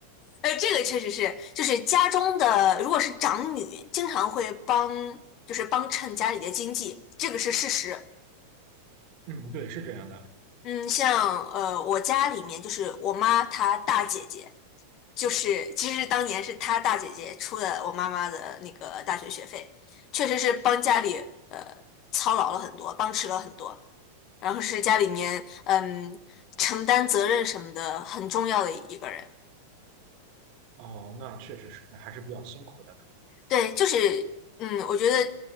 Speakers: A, on the left (about 35°); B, on the right (about 45°).
A: 呃，这个确实是，就是家中的，如果是长女，经常会帮，就是帮衬家里的经济，这个是事实。
B: 嗯，对，是这样的。
A: 嗯，像呃，我家里面就是我妈她大姐姐，就是其实当年是她大姐姐出了我妈妈的那个大学学费，确实是帮家里呃操劳了很多，帮持了很多，然后是家里面嗯承担责任什么的很重要的一个人。
B: 哦，那确实是，那还是比较辛苦的，
A: 对，就是，嗯，我觉得